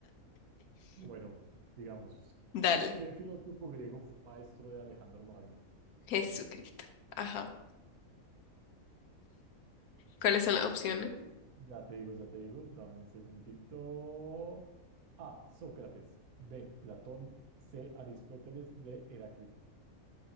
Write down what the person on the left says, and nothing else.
Dale,
Jesucristo. Ajá. ¿Cuáles son las opciones?